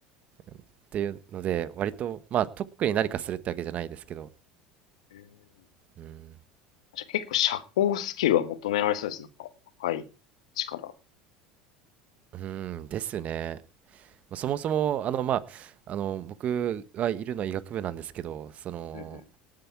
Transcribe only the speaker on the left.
うん
じゃあ結構社交スキルは求められそうですねなんか若い力。
うんうん